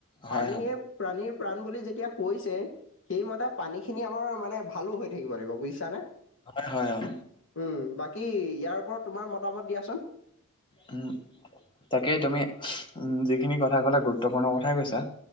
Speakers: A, on the left; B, on the left.
A: হয়
B: পানীয়ে
A: হয়
B: প্ৰাণীৰ প্ৰাণ বুলি যেতিয়া কৈছে। সেইমতে পানীখিনি আমাৰ মানে ভালো হৈ থাকিব লাগিব বুজিছানে?
A: হয় - হয় - হয়।
B: উম, বাকী ইয়াৰ ওপৰত তোমাক মতামত দিয়াচোন।
A: উম, তাকেই তুমি যিখিনি কথা ক'লা গুৰুত্বপূৰ্ণ কথাই কৈছা।